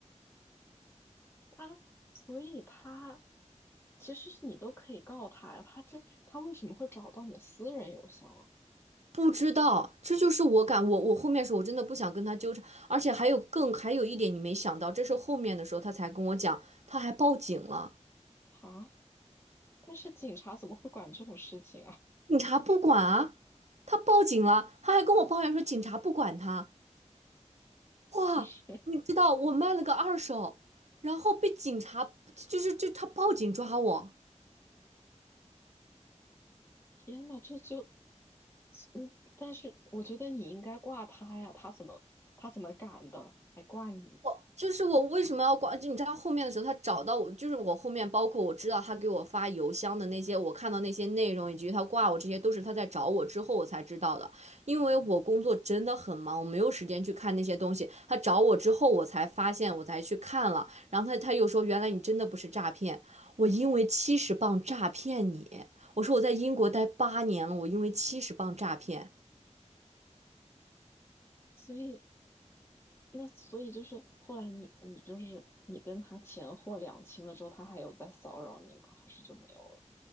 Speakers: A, on the left (about 20°); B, on the right (about 65°).
A: 他，所以他。其实是你都可以告他呀，他这他为什么会找到你的私人邮箱啊？
B: 不知道，这就是我感我我后面说，我真的不想跟他纠缠，而且还有更还有一点你没想到，这是后面的时候他才跟我讲，他还报警了，
A: 啊，但是警察怎么会管这种事情啊？
B: 警察不管啊，他报警了，他还跟我抱怨说警察不管他，哇，
A: <laughs> 不是，
B: 你知道我卖了个二手，然后被警察就是就他报警抓我。
A: 天呐，这就，嗯，但是我觉得你应该挂他呀，他怎么他怎么敢的，还挂你？
B: 我就是我为什么要挂？就你知道后面的时候，他找到我，就是我后面包括我知道他给我发邮箱的那些，我看到那些内容以及他挂我这些，都是他在找我之后我才知道的。因为我工作真的很忙，我没有时间去看那些东西。他找我之后，我才发现，我才去看了。然后他他又说，原来你真的不是诈骗，我因为七十磅诈骗你。我说我在英国待八年了，我因为七十磅诈骗。
A: 所以那所以就是后来你你就是你跟他钱货两清了之后，他还有在骚扰你吗？还是就没有了？